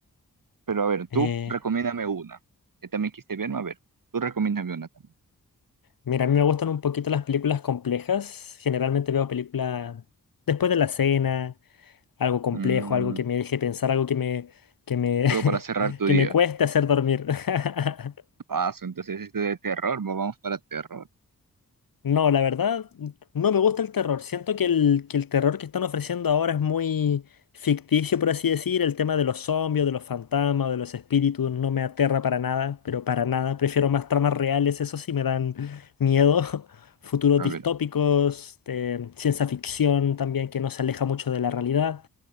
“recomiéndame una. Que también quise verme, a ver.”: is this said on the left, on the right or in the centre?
Right